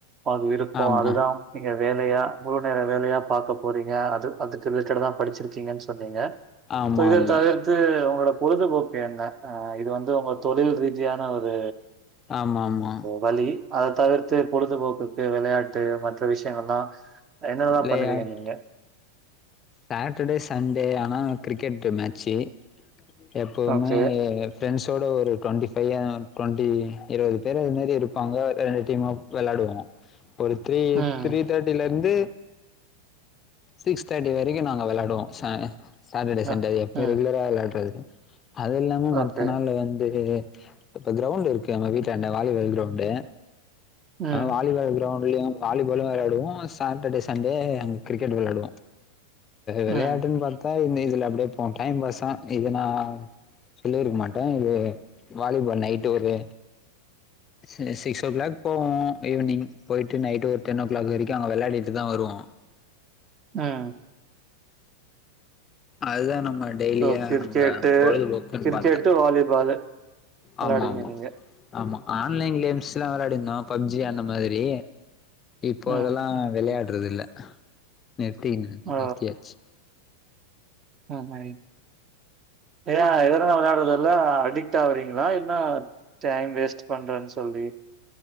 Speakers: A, on the right; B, on the left.
A: அது இருப்போம்
B: ஆமா
A: அதுதான் நீங்க வேலையா முழு நேரம் வேலையா பாக்க போறீங்க அது அதுக்கு ரிலேட்டட் தான் படிச்சிருக்கீங்க சொன்னீங்க
B: ஆமா
A: சோ இத
B: ஆமா
A: தவிர்த் து உங்களோட பொழுதுபோக்கு என்ன ஆ இது வந்து உங்க தொழில் ரீதியான ஒரு
B: ஆமா ஆமா
A: வலி அத தவிர்த்து பொழுதுபோக்குக்கு விளையாட்டு மற்ற விஷயங்கள்ல்லா என்னலா
B: விளையாட்
A: பண்ணுவீங்க நீங்க
B: சாட்டர்டே சண்டே ஆனா கிரிக்கெட்ட மேட்சு எப்பவுமே
A: ஓகே.
B: ஃப்ரெண்ட்ஸோட ஒரு டுவெண்ட்டி ஃபைவ் டுவெண்ட்டி இருபது பேர் அதுமாரி இருப்பாங்க ரெண்டு டீமாக விளாடுவோ ஒரு த்ரீ
A: ம்.
B: த்ரீ தேர்ட்டிலந்து சிக்ஸ் தேர்ட் வரைக்கும் நாங்க விளையாடுவோம் சாட்டர்டே
A: அ
B: சண்டே எப்பய
A: ம்.
B: ரெகுலரா விளையாடுறது அது இல்லாம மத்த
A: ஓகே.
B: நாள் வந்து இப்ப கிரௌண்ட் இருக்கு நம்ம வீட்டல அண்ட வாலிபால் கிரௌண்டு்
A: ம்.
B: வாலிபால் கிரௌண்ட்லயும் வாலிபாலும் விளாடுவோம் சாட்டர்டே சண்டே அங்க கிரெட் விளையாடுவோம் விளையாட்டுன்னு
A: ம்.
B: பாத்தா இந்த இதுல அப்படியே போம் டைம் பாஸ் இதுனான் சொல்ல இருக்க மாட்டேன் இது வாலிபால் நைட் ஒரு ச சிக்ஸ் ஓ கிளாக் போவோம் ஈவினிங் போயிட்டு நைட் ஒரு டென் ஓ கிளாக் வரைக்கும்ங்க விளையாடிட்டு தான் வருவோம்
A: உம்
B: அதுதான் நம்ம டெய்லியா
A: ஸோ கிரிக்கெட்டு
B: அங்க பொழுதுபோக்குன்னு
A: கிரிக்கெட்டு,
B: பாத்த
A: வாலிபாலு வெளாடுவீங்க
B: ஆமா ஆமா
A: நீங்க?
B: ஆமா ஆன்லைன் கேம்ஸ்லா விளையாடிருந்தோ பப்ஜி அந்த மாதிரி இப்போ
A: ம்.
B: அதெல்லா விளையாடுறதுல்ல நிருத்தினா
A: ஓ!
B: நிருத்தியாச்சு
A: தாமரை <unintelligible> நல்லா அடிக்ட் ஆவறீங்களா என்ன டைம் வேஸ்ட் பண்றன் சொல்லி